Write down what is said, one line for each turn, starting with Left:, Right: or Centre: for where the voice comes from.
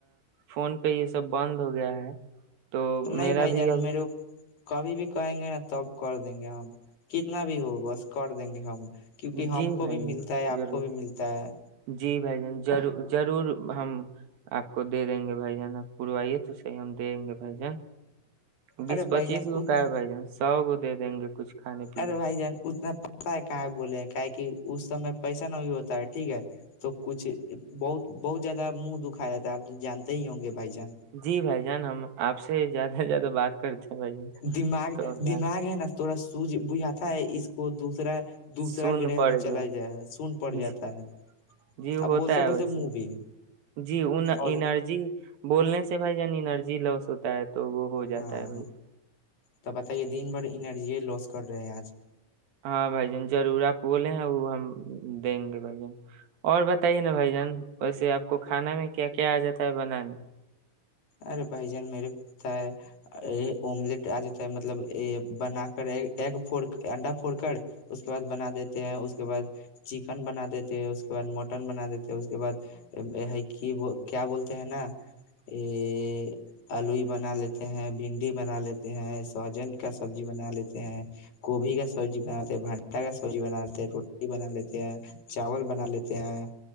Right: فون پہ یہ سب بند ہو گیا ہے تو
Left: نہیں
Right: میرا
Left: بھائی جان
Right: بھی ابھی
Left: میریر کبھی بھی کہیں گے نا تب کر دیں گے ہم کتنا بھی ہو بس کر دیں گے ہم کیونکہ
Right: جی
Left: ہم کو
Right: بھائی
Left: بھی ملتا
Right: جان
Left: ہے آپ
Right: ضرور
Left: کو بھی ملتا ہے
Right: جی بھائی جان ضرور ضرور ہم آپ کو دے دیں گے بھائی جان آپ پروائیے تو صحیح ہم دےیں گے بھائی جان بیس
Left: ارے
Right: پچیس
Left: بھائی جان
Right: گ
Left: اتنا
Right: کا ہے بھائی جان سو کو دے دیں گے کچھ کھانے پینے
Left: ارے بھائی جان اتنا پتا کہ بولے کا کہ اس سمے پیسہ نہ بھی ہوتا ہے ٹھیک ہے تو کچھ بہت بہت زیادہ منہ دکھا جاتا ہے آپ تو جانتے ہی ہوں گے بھائی جان
Right: جی بھائی جان ہم آپ سے زیادہ سے زیادہ بات کرتے ہیں بھائی جان
Left: دماغ
Right: تو ہم
Left: دماغ ہے نا تھڑا سوج بجھات اس کو دوسرا دوسرا
Right: سن
Left: گرہ
Right: پڑ
Left: میں چلا
Right: گیا
Left: جائے ہے سن پڑ جاتا
Right: جی
Left: ہے
Right: جی
Left: اب
Right: ہوتا
Left: بولتے
Right: ہے
Left: بولتے
Right: ویسے
Left: منہ بھی
Right: جی ان انرجی
Left: اور
Right: بولنے سے سے بائی جننی ایرجی لس ہوتا ہے تو وہ ہو جاتا
Left: ہاں
Right: ہے بھائی جان۔
Left: تو بتائیے دین بڑی انرجی لوس کر رہے ہیں آج
Right: ہاں بھائی جان ضرور آپ بولے ہیں وہ ہم دیں گے بھائی جن اور بتائیے نا بھائی جان ویسے آپ کو کھانا میں کیا کیا آ جاتا ہے بنانے
Left: ارے بھائی جان میرے کو پتا ہے املیٹ آ جاتتا ہے مطلب بنا کر ایگ پھڑ انڈا پھوڑ کر اس کے بعد بنا دیتے ہیں اس کے بعد چکن بنا دیتے ہیں اس کے بعد مٹن بنا دیتے اس کے بعد کیا بولتے ہیں نا یہ اللوئی بنا لیتے ہیں بھنڈی بنا لیتے ہیں سہجن کا سبزی بنا لیتے ہیں گوبھی کا سبزی بنا لیتے بھانٹا کا سبزی بنا لیتے ہیں روٹی بنا لیتے ہیں چاول بنا لیتے ہیں